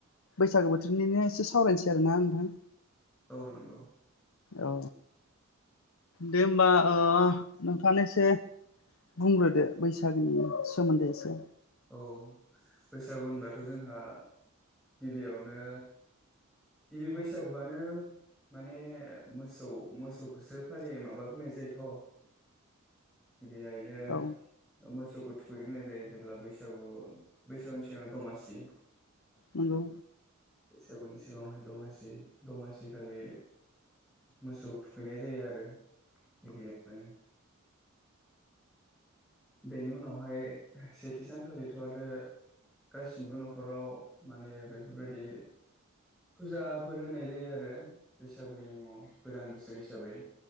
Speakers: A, on the left; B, in the centre.
A: बैसागो बोथोरनिनो एसे सावरायनोसै आरोना नोंथां
B: औ नंगौ
A: औ दे होमबा नोंथाङा एसे बुंग्रोदो बैसागोनि सोमोन्दै एसे
B: औ बैसागु होनबाथ' जोंहा गिबियावनो गिबि बैसागुआनो माने मोसौ मोसौखौसो फालियो माबाग्रोनाय जायोथ' गिबियायनो
A: औ
B: मोसौखौ थुगैग्रोननाय जायो जेब्ला बैसागु बैसागुनि सिगाङाव दमासि
A: नंगौ
B: गस <inaudible> सिगाङावहाय दमासि दमासि खालि मोसौ थुखैनाय जायो आरो गिबियावनो बेनि उनावहाय सेथि सानखालिथ' आरो गासिबो न'खराव माने बेफोरबायदि फुजाफोर होनाय जायो आरो बैसागुनि मुङाव गोदान बोसोर हिसाबै